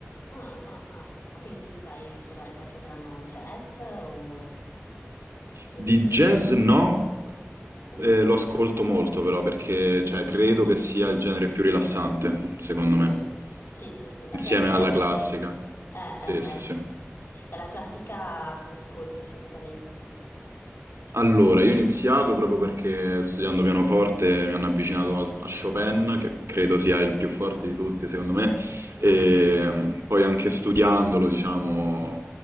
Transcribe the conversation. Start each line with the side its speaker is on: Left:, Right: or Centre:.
Left: Ah, ah, ah. Ma quindi tu sai suonare qualche brano jazz o semplicemente
Right: Di jazz
Left: ne ascolti?
Right: no,
Left: Mhm.
Right: eh, lo ascolto molto però perché cioè, credo che sia il genere più rilassante, secondo
Left: Mm,
Right: me,
Left: Sì, sì, sì, assieme
Right: insieme
Left: al classico.
Right: alla classica.
Left: Eh, eh,
Right: Sì, sì,
Left: eh.
Right: sì.
Left: E la classica cosa ascolti solitamente?
Right: Allora, io ho iniziato proprio perché studiando pianoforte mi hanno avvicinato a, a Chopin, che credo sia il
Left: Ah,
Right: più forte di tutti, secondo me, e
Left: ah, ah.
Right: mm, poi anche studiandolo, diciamo,